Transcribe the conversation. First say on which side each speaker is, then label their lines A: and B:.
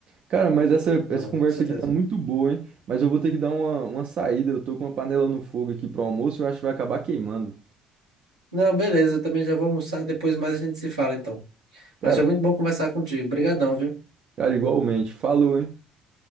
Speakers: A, on the right; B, on the right.
A: Cara, mas essa,
B: Não,
A: essa conversa
B: com certeza.
A: aqui tá muito boa, hein? Mas eu vou ter que dar uma, uma saída. Eu tô com uma panela no fogo aqui pro almoço, e eu acho que vai acabar queimando.
B: Não, beleza, eu também já vou almoçar, depois mais a gente se fala então.
A: Cara,
B: Mas foi muito bom conversar contigo. Obrigadão, viu?
A: cara, igualmente. Falou, hein?